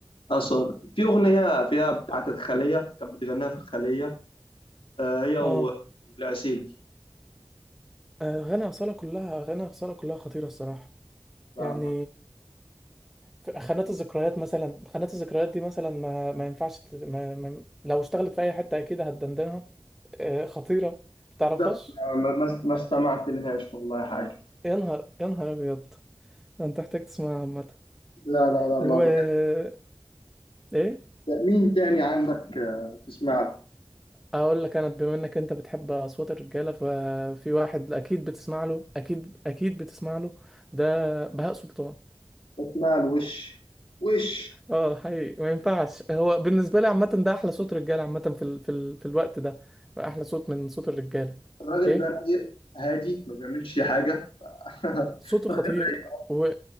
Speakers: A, on the left; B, in the centre.
A: أصلا في أغنية فيها بتاعة الخلية كانت بتغنيها في الخلية آه هي و-
B: اه
A: والعسيلي
B: اغاني اصاله كلها اغاني اصاله كلها خطيره الصراحه
A: لا
B: يعني في خانات الذكريات مثلا خانات الذكريات دي مثلا ما, ما ينفعش تت... ما... ما... لو اشتغلت في اي حته اكيد هتدندنها آه، خطيره تعرفهاش
A: ده ما ما ما استمعت لهاش والله حاجة
B: يا نهار يا نهار ابيض انت محتاج تسمعها عامة
A: لا لا لا ما
B: و
A: بحب.
B: ايه
A: مين تاني عندك آه، تسمع له
B: اقول لك انا بما انك انت بتحب اصوات الرجاله ففي واحد اكيد بتسمع له اكيد اكيد بتسمع له ده بهاء سلطان
A: بسمع له وش وش
B: اه حقيقي ما ينفعش هو بالنسبه لي عامه ده احلى صوت رجاله عامه في ال... في ال... في الوقت ده احلى صوت من صوت الرجاله
A: الراجل
B: ايه
A: ده رايق هادي ما بيعملش حاجة <laughs> الراجل
B: صوته خطير
A: رايق
B: و...